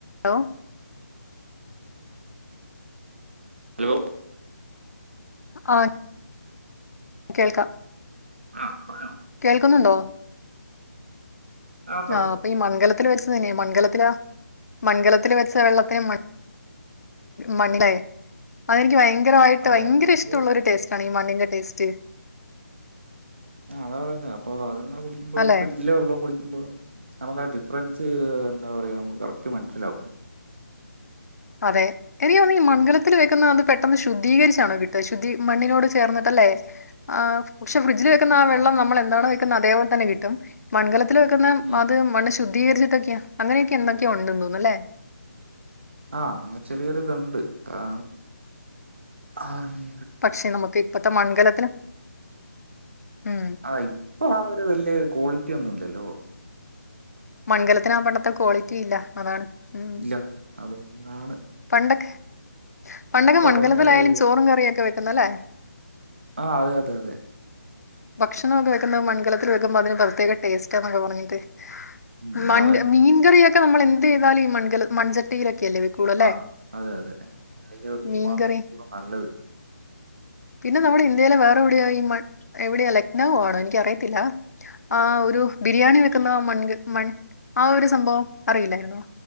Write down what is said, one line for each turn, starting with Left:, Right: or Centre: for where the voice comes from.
Left: ഹലോ.
Right: ഹലോ
Left: ആഹ്. കേൾക്കാം.
Right: ആ പറഞ്ഞോ
Left: കേൾക്കുന്നുണ്ടോ?
Right: ആ ഉണ്ട്
Left: ആഹ്
Right: ഉണ്ട് ഉണ്ട്
Left: അപ്പൊ ഈ മൺകലത്തിൽ വെച്ച്. അതന്നെ മൺകലത്തിലാ മൺലത്തിൽ വെച്ച വെള്ളത്തിന് മണ്. മണ്ണില്ലേ അതെനിക്ക് ഭയങ്കരമായിട്ട്
Right: അതെ
Left: ഭയങ്കര
Right: അത്
Left: ഇഷ്ടമുള്ളൊരു ടേസ്റ്റ് ആണ് ഈ മണ്ണിന്റെ ടേസ്റ്റ്.
Right: ആഹ് അതാ പറയുന്നേ അപ്പ അത്ങ്ങെ കുടിക്കുമ്പോഴും
Left: അല്ലെ
Right: ഫ്രിഡ്ജിലെ വെള്ളം കുടി. മ്പോഴും നമുക്ക് ആ ഡിഫറൻസ് എന്താ പറയാ നമ്മ കറക്റ്റ് മനസ്സിലാാവും.
Left: അതെ എനിക്ക്തോന്ന് ഈ മൺകലത്തിൽ വെക്കുന്നതാ പെട്ടെന്ന് ശുദ്ധ. ശുദ്ധീകരിച്ചാണോ കിട്ട ശുദ്ധി മണ്ണിനോട് ചേർന്നിട്ട് അല്ലേ എ പക്ഷെ ഫ്രിഡ്ജിൽ വെക്കുന്ന ആ വെള്ളം
Right: അത്
Left: നമ്മളെന്നാണോ വെക്കുന്ന അതേപോലത്തന്നെ കിട്ടും മൺകലത്തിൽ വെക്കുന്ന
Right: ഉം
Left: അത് മണ്ണ് ശു. ശുദ്ധികരിച്ചിട്ടൊക്കെയ അങ്ങനെയൊക്കെ എന്തക്കെയോ ണ്ട് തോന്ന്ന്ന് ല്ലേ
Right: ആഹ് അങ്ങനെ ചെറിയൊരു ഇത്ണ്ട് എ ആഹ്.
Left: പക്ഷെ നമുക്ക് ഇപ്പത്തെ മൺകലത്തിന് മ്
Right: ആ ഇപ്പൊ ആ ഒരു വലിയ ക്വാളിറ്റി ഒന്നുംല്ലല്ലോ.
Left: മൺകലത്തിനാ പണ്ടത്തെ ക്വാളിറ്റി ഇല്ല അതാണ് ഉം
Right: ഇല്ല അതന്നാണ്
Left: പണ്ടൊക്കെ പണ്ടൊക്കെ മൺകലത്തിലായാലും
Right: കഴിഞ്ഞാല്
Left: ചോറും കറിയൊക്കെ വെക്കുന്നല്ലേ
Right: ആഹ് അതെ അതെ അതെ
Left: ഭക്ഷണ ഒക്കെ വെക്കുന്നത് മൺകലത്തിൽ വെക്കുമ്പോ അതിന് പ്രത്യേക ടേസ്റ്റാ ന്നൊക്കെ പറഞ്ഞിട്ട്
Right: ഉം
Left: മൺ
Right: അതെ
Left: മീൻകറിയൊക്കെ നമ്മൾ എന്തി താലും ഈ മൺ കല മൺചട്ടിയി ല്ലേ വെക്കൊള്ളൂ അല്ലെ
Right: ആ അതെ അതെ അതില്
Left: മീൻകറി
Right: മാ നല്ലത്
Left: പിന്നെ നമ്മുടെ ഇന്ത്യയിലെ വേറെ എവിടെയോ ഈ മൺ എവിടെയാ ലക്നൌ ആണോ എനിക്ക് അറിയത്തില്ല ആഹ് ഒരു ബിരിയാണി വെക്കുന്ന മൺ മൺ ആഹ് ഒരു സംഭവം അറിയില്ലായിരുന്നോ